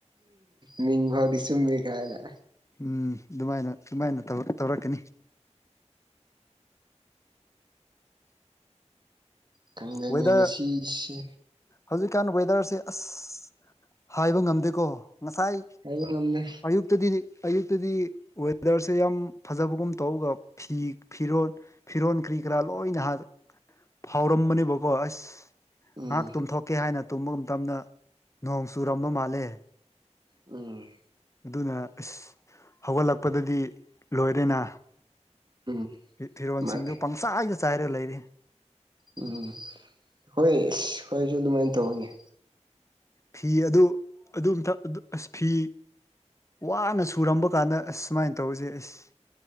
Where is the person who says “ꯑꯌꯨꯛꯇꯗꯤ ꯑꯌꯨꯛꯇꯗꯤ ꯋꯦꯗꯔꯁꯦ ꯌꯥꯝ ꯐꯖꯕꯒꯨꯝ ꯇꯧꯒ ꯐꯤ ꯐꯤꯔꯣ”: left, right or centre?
Left